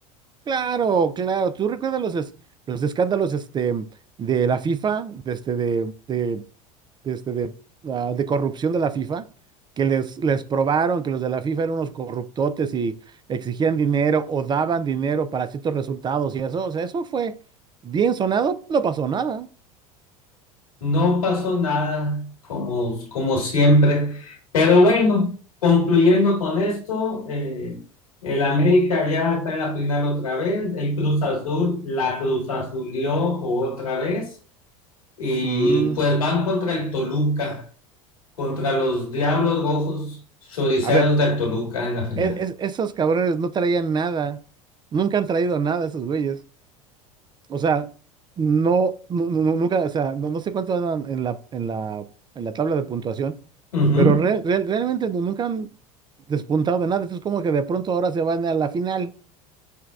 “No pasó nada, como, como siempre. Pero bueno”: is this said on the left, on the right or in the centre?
Left